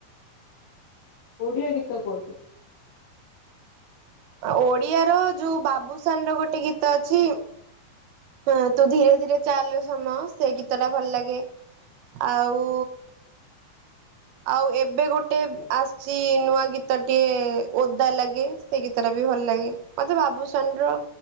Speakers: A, on the left; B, on the right.
A: ଓଡ଼ିିଆ ଗୀତ କୁହନ୍ତୁ?
B: ଆ ଓଡିଆ ର ଯୋଉ ବାବୁସାନ ର ଗୋଟେ ଗୀତ ଅଛି ହଁ ତୁ ଧୀରେ ଧୀରେ ଚାଲରେ ସମୟ ସେ ଗୀତ ଟା ଭଲ ଲାଗେ। ଆଉ ଆଉ ଏବେ ଗୋଟେ ଆସିଚି ନୂଆ ଗୀତ ଟିଏ ଓଦା ଲାଗେ ସେଇ ଗୀତଟା ବି ଭଲ ଲାଗେ ମତେ ବାବୁସାନର